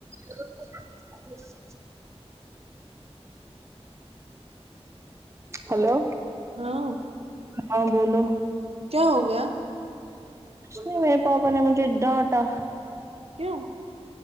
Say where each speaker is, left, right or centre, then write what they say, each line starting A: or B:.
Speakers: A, on the right (about 25°); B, on the right (about 65°).
A: گھ ہلو
B: ہاں
A: ہاں بولو
B: کیا ہوگیا
A: نہیں میرے پاپا نے مجھے ڈانٹا
B: کیوں